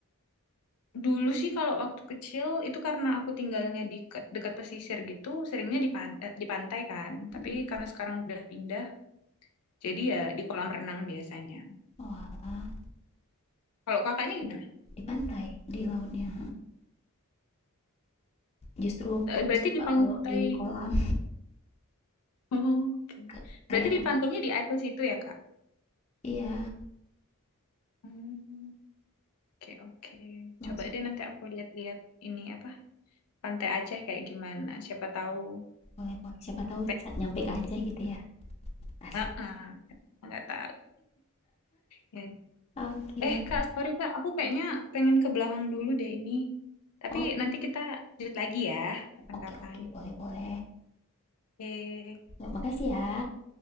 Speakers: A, on the left; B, on the left.
A: Dulu sih kalau waktu kecil itu karena aku tinggalnya di ke- dekat pesisir gitu, seringnya di pan- eh, di pantai kan.
B: mm
A: Tapi karena sekarang udah pindah, jadi ya di kolam renang biasanya.
B: oh
A: Kalau kakaknya gimana?
B: di pantai di lautnya justru
A: Eh,
B: kurang
A: Berarti
B: suka
A: di pantai.
B: kalau di kolam
A: Oh, Oke.
B: <laughs> kayak
A: Berarti di pantainya di atas itu ya, Kak?
B: iya
A: Hmm, Oke, oke.
B: langsung
A: Coba deh nanti aku lihat-lihat ini apa? Pantai Aceh kayak gimana? Siapa tahu
B: boleh boleh siapa tahu
A: pengen
B: saat nyampe
A: kunjung.
B: ke Aceh gitu ya asik
A: Heeh, nggak tahu. Ya,
B: oke okay.
A: Eh Kak, sorry Kak, aku kayaknya pengen ke belakang dulu deh ini. Tapi
B: oh
A: nanti kita lanjut lagi ya, kapan-kapan.
B: oke okay, oke boleh boleh
A: Oke,
B: Ya, makasih ya